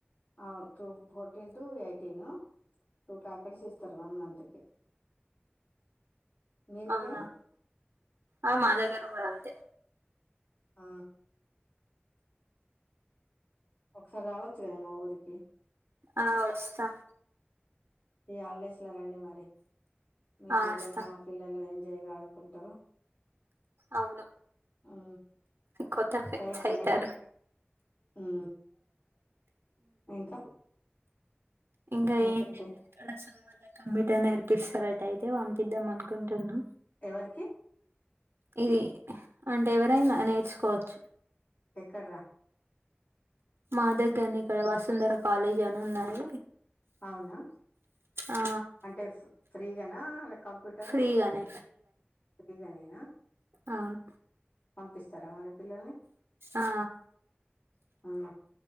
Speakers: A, on the left; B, on the right.
A: ఆ to fourteen to, eighteen two packets ఇస్తారు వన్ మంత్ కి. మీ దగ్గర
B: అవునా ఆ మా దగ్గర కూడా అంతే
A: ఆ ఒకసారి రావచ్చు కదా మా ఊరికి.
B: ఆ వస్తాం
A: ఈ హాలిడేస్ లో రండి మరి మీ
B: ఆ
A: పిల్లలు
B: వస్తాం
A: మా పిల్లలున్ జయగా ఆడుకుంటారు.
B: అవును
A: ఆ
B: కొత్త ఫ్రెండ్స్
A: పోచనే
B: అయితారు
A: ఉ ఇంకా
B: ఇంగా
A: ఇంకేంటి
B: ఏం లెడ్ లే ఇక్కడస తర్వాత కంప్యూటర్ నేరిపిస్తారట అయితే పంపిద్దాం అనుకుంటునా
A: ఎవరికి
B: ఇది అంటే ఎవరైనా నేర్చుకోవచ్చు.
A: ఎక్కడ్రా
B: మా దగ్గర్నే ఇక్కడ వసుంధర కాలేజ్ అని ఉన్నది
A: అవునా
B: ఆ
A: అంటే ఫ్ ఫ్రీగానా కంప్యూటరూ
B: ఫ్రీగానే
A: ఫ్రీగానేనా
B: అవున్
A: పంపిస్తారా మరి పిల్లల్ని
B: ఆ
A: ఆ